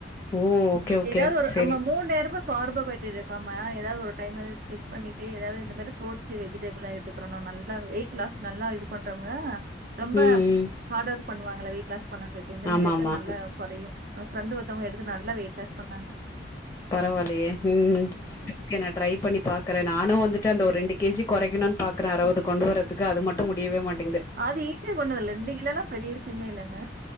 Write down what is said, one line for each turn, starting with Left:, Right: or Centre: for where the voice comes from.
Left: ஓ! Okay, okay.
Right: ஏதாவொ ரு
Left: சரி.
Right: நம்ம மூண்ணேரமு கார்போஹைட்ரேட் எடுக்காம ஏதாவது ஒருடைம ஸ்க்ப் பண்ணிட்டு ஏதாவது இந்த மாரி ஃரூட்ஸ்ஸு வெஜிடபிள்லா எடுத்துக் நல்ல வெயிட் லாஸ் நல்லா இது பண்றவங்க ரொம்ப
Left: ம், ம்.
Right: ஹார்ட் ஒர்க் பண்ணுவாங்கள வெயிட் லாஸ் பண்ணேட்ட இந்த மாரி
Left: ஆமாமா.
Right: எடுத்தா நல்லா கொறையு ஃப்ரெண்டு் ஒருத்தவங்க எடுத்து நல்லா வெயிட் லாஸ் பண்ணாங்க
Left: பரவால்லையே ம் மிக்க நா டிரை பண்ணி பாக்கறே நானு வந்துட்டு அந்த ஒரு ரெண்டு கேஜி கொறைக்கணுன்னு பாக்குற அறுவது கொண்டு வரதுக்கு அது மட்டு முடியவே மாட்
Right: அது ஈஸியா கொண்டுவந்த ரெண்டு கிலோலா பெரிய விஷ்யமே இல்லங்க